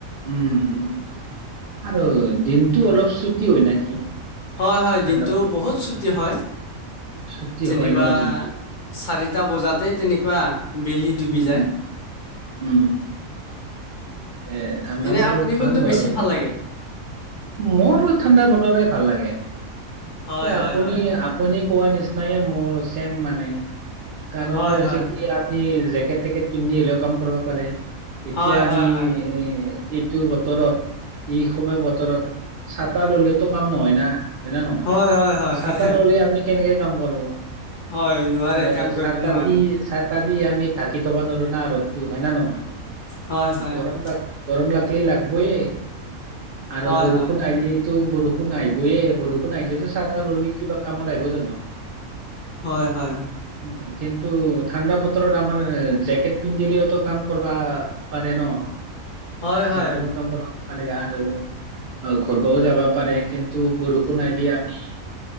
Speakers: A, on the right; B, on the left.
A: উম আৰু দিনটো অলপ চুটি হয় নেকি?
B: হয়, হয়
A: ঠাণ্ডা
B: দিনটো
A: বতৰ
B: বহুত ছুটি হয়।
A: ছুটি
B: যেনিবা
A: হয় ন দিনটো
B: চাৰিটা বজাতে তেনেকুৱা। বেলি ডুবি
A: উম
B: যায়।
A: উম এ ঠাণ্ডা
B: এনে
A: বতৰ
B: আপুনি
A: ভাল
B: কোনটো বেছি
A: বাৰু
B: ভাল লাগে
A: মোৰো ঠাণ্ডা বতৰে ভাল লাগে। এয়া
B: হয় হয়
A: আপুনি
B: হয় হয়
A: আপুনি কোৱা নিচিনাইে মোৰ ছেম মানে কাৰণটো
B: হয়
A: হৈছে
B: হয়
A: কি
B: হয়
A: আমি টেকেট পিন্ধি হ'লেও কাম কৰিব পাৰে এতিয়া
B: হয় হয়
A: আমি
B: হয়
A: এ এইটো বতৰত এই সময় বতৰত ছাতা ললেটো কাম নহয় না হয় না নহয়,
B: হয় হয় হয় হয়
A: ছাতা
B: হয়
A: ললে আপুনি কেনেকে কাম কৰবো
B: হয় নোৱাৰে
A: আৰু
B: কাম কৰিব
A: ছাত
B: নোৱাৰে
A: আতি দি আমি ধাকি থবা নোৱাৰো না ৰ'দতো হয় না নহয়
B: হয় হয়
A: গৰম
B: হয়
A: ল গৰম লাগ লাগবোয়ে আৰু
B: হয়
A: বৰষুণ
B: হয়
A: আহিলি ত' বৰ বৰষুণ আহিবয়েই, বৰষুণ আহিলেতো ছাতা ল'লি কিবা কামত আহিব জানো
B: হয়, হয়, হয়।
A: উম, কিন্তু ঠাণ্ডা বতৰত আমাৰ জেকেট পিন্ধিলেওতো কাম কৰিবা পাৰে ন'
B: হয় হয় হয়
A: যিকোনো কাম কৰিব পাৰে আৰু আহ ঘুৰিবও যাবা পাৰে, কিন্তু বৰষূণ আহিলে আমি